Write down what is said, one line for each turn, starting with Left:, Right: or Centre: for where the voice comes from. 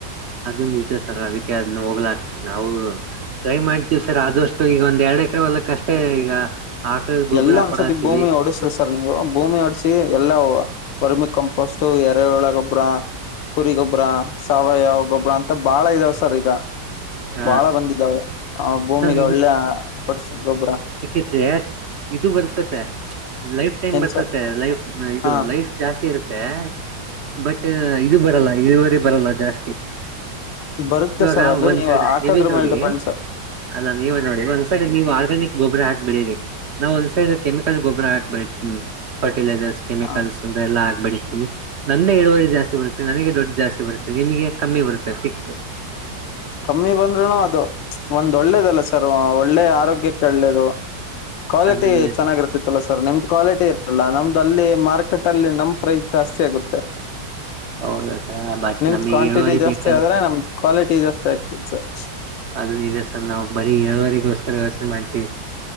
Right: ಅದು ನಿಜ ಸರ್ ಅದಕ್ಕೆ ಅದನ್ನ ಹೋಗ್ಲಾಡಸ ಬೇಕ್ ನಾವು ಟ್ರೈ ಮಾಡ್ತೀವಿ ಸರ್ ಆದಷ್ಟು ಈಗ ಒಂದ ಎರಡ ಎಕರೆ ಒಲಕ್ಕೆ ಅಷ್ಟೇ ಈಗ ಆಕಳ ಗೊಬ್ಬರ
Left: ಎಲ್ಲಾ ಒಂದ್
Right: ಕೊಡತೀವಿ
Left: ಸತಿ ಭೂಮಿ ಒಡಿಸ್ ಸರ್ ನೀವು ಭೂಮಿ ಹೊಡ್ಸಿ ಎಲ್ಲಾ ವರ್ಮಿ ಕಂಪೋಸ್ಟ್ ಎರೆಉಳ ಗೊಬ್ರ ಕುರಿ ಗೊಬ್ಬ್ರ ಸಾವಯವ ಗೊಬ್ಬ್ರ ಅಂತ ಬಾಳ ಇದಾವ ಸರ್ ಈಗ.
Right: ಹ
Left: ಬಾಳ ಬಂದಿದ್ದವು ಆ ಭೂಮಿಗೆ
Right: ಸರ್
Left: ಒಳ್ಳೆ ಕೊಡ್ಸ ಗೊಬ್ಬ್ರ.
Right: ಎ ಇದು ಬರ್ತ್ಯಾತಿ ಲೈಫ್ ಟೈಮ್
Left: ಏನ್
Right: ಬರ್ತ್ಯಾತಿ
Left: ಸರ್
Right: ಲೈಫ್ ಇದು
Left: ಹಾ
Right: ಲೈಫ್ ಜಾಸ್ತಿ ಇರುತ್ತೆ ಬಟ್ ಇದು ಬರಲ್ಲ ಇಳುವರೆ ಬರಲ್ಲ ಜಾಸ್ತಿ.
Left: ಬರುತ್ತೆ
Right: ಇವಾಗ
Left: ಸರ್ ಅದು
Right: ಒಂದ್
Left: ನೀವು
Right: ಸೈಡ್
Left: ಹಾಕದ್ರ
Right: ನೀವೇ ನೋಡಿ
Left: ಮೇಲೆ ಡಿಪೆಂಡ್ ಸರ್.
Right: ಅಲ್ಲ ನೀವ ನೋಡಿ ಒಂದ್ಸ ಸೈಡ್ಗ ನೀವು ಆರ್ಗ್ಯಾನಕ್ ಗೊಬರ ಹಾಕ್ ಬಿಡಿರಿ ನಾವ್ ಒಂದ್ ಸೈಡ್ ಕೆಮಿಕಲ್ ಗೊಬ್ಬರ ಹಾಕ್ ಬಿಡ್ತೇನ್ ಫರ್ಟಿಲೈಸರ್ಸ್ ಕೆಮಿಕಲ್ಸ್
Left: ಹ
Right: ಅದೆಲ್ಲ ಹಾಕ್ ಬಡಿತೀವಿ ನಂದೆ ಇಳುವರಿ ಜಾಸ್ತಿ ಬರುತ್ತೆ ನನಗೆ ದುಡ್ಡ್ ಜಾಸ್ತಿ ಬರುತ್ತೆ ನಿಮಗೆ ಕಮ್ಮಿ ಬರುತ್ತೆ ಫಿಕ್ಸ್.
Left: ಕಮ್ಮಿ ಬಂದ್ರುನು ಅದು ಒಂದ್ ಒಳ್ಳೇದಲ್ಲ ಸರ್ ಒಳ್ಳೆ ಆರೋಗ್ಯಕ್ಕೆ ಒಳ್ಳೇದು ಕ್ವಾಲಿಟಿ
Right: ಅದು
Left: ಚನಾಗಿರ್ತ್ತತ ಸರ್ ನಿಮ್ದು ಕ್ವಾಲಿಟಿ ಇರಲ್ಲ ನಮ್ದು ಅಲ್ಲಿ ಮಾರ್ಕೆಟ್ ಅಲ್ಲಿ ನಮ್ ಪ್ರೈಸ್ ಜಾಸ್ತಿ ಆಗುತ್ತೆ
Right: ಹೌದಾ
Left: <inaudible>
Right: ಸರ್ ಬಟ್
Left: ನಿಮ್ದ
Right: ನಮಗೆ
Left: ಕ್ವಾಂಟಿಟಿ
Right: ಇಳುವರಿ
Left: ಜಾಸ್ತಿ
Right: ಬೇಕಂತ
Left: ಆದ್ರೆ ನಮ್ದ ಕ್ವಾಲಿಟಿ ಜಾಸ್ತಿ ಆಗ್ತದೆ ಸರ್.
Right: ಅದು ನಿಜ ಸರ್ ನಾವವು ಬರೀ ಏಳ್ವರಿಗೋಸ್ಕರ ವ್ಯವಸ್ಥೆ ಮಾಡ್ತೀವಿ.